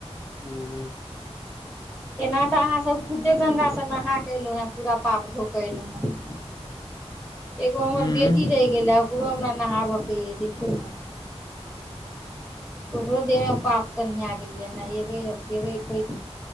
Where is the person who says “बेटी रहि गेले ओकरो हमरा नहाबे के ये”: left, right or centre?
Centre